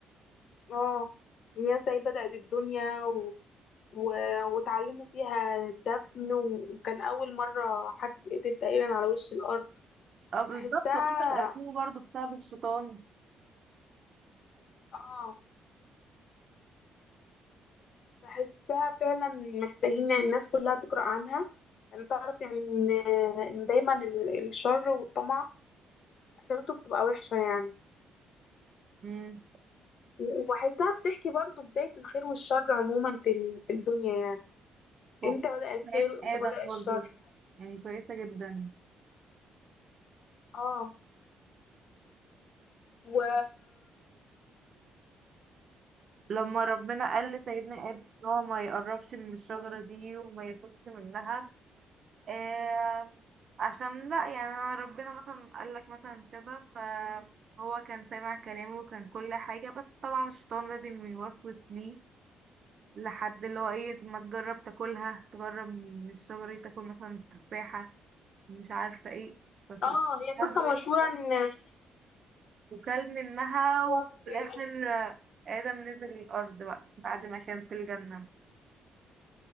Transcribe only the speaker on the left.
اه إن هي ازاي بدأت الدنيا و- واتعلموا فيها دفن و- وكان أول مرة حد يتقتل تقريبا على وش الأرض
بحسها
اه بحسها فعلا محتاجين الناس كلها تقرأ عنها يعني تعرف يعني إن إن دايما ال- الشر والطمع آخرته بتبقى وحشة يعني
وبحسها بتحكي برضو بداية الخير والشر عموما في ال- في الدنيا يعني
امتى بدأ الخير
وامتى
بدأ
الشر
اه و
اه هي قصة
مشهورة ان
اه